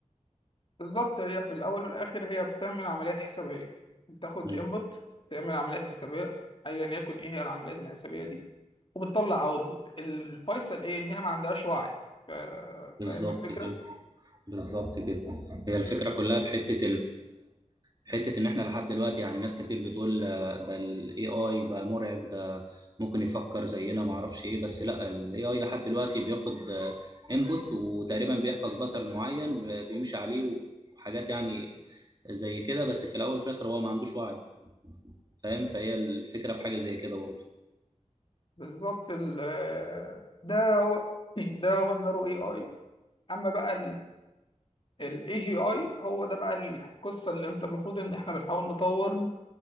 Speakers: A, on the left; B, on the right.
A: بالظبط هي في الاول والاخر هي بتعمل عمليات حسابيه بتاخد
B: مم.
A: انبوت بتعمل عمليات حسابيه ايا يكن ايه هي العمليات الحسابيه دي وبتطلع اوتبوت الفيصل ايه ان هي ما عندهاش وعي ف-
B: بالظبط
A: فاهم الفكره
B: كده بالظبط كده هي الفكره كلها في حته حتة إن إحنا لحد دلوقتي يعني ناس كتير بتقول آه، ده ال AI بقى مرعب ده ممكن يفكر زينا معرفش إيه بس لأ ال AI لحد دلوقتي بياخد آه، input وتقريبا بيحفظ باترن معين آه، بيمشي عليه وحاجات يعني زي كده بس في الأول وفي الآخر هو ما عندوش وعي فاهم فهي الفكرة في حاجة زي كده برضه
A: بالظبط ال- ده هو <clears throat> <laughs> ده هو النارو اي اي اما بقى الاي جي اي هو ده بقى القصه اللي انت المفروض ان احنا بنحاول نطور